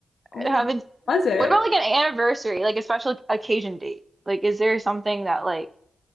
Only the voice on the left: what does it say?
Oh
my
God. Was it?